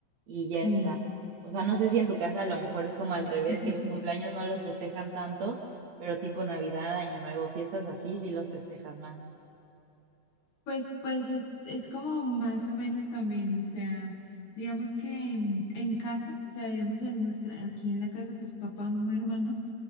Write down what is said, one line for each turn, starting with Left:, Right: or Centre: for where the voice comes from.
Right: y ya
Left: sí.
Right: está. O sea, no sé si en tu casa a lo mejor es como al revés,
Left: <laughs>
Right: que los cumpleaños no los festejan tanto pero tipo Navidad, Año Nuevo, fiestas así, sí los festejan más.
Left: Pues, pues es, es como más o menos también, o sea, digamos que en, en casa, o sea, digamos en nuestra, aquí en la casa, pues papá, mamá, hermanos,